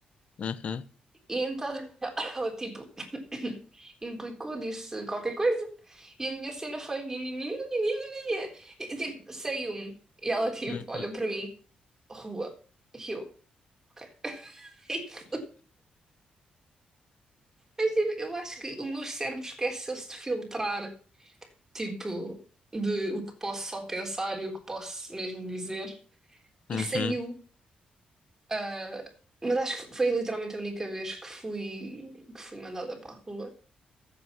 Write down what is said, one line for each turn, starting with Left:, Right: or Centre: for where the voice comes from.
Left: uhum,
Right: E então <laughs> <coughs> ela tipo <coughs> implicou, disse qualquer coisa. E a minha cena foi. nhi, nhi, nhi, nhi, nhi, nhi, nhi. E tipo, saiu-me. E ela tipo
Left: uhum,
Right: olhou para mim, rua. E eu, ok. <laughs> Mas tipo, eu acho que o meu cérebro esqueceu-se de filtrar, tipo, de o que posso só pensar e o que posso mesmo dizer. E
Left: uhum,
Right: saiu. Ah, mas acho que foi literalmente a única vez que fui, que fui mandada para a rua.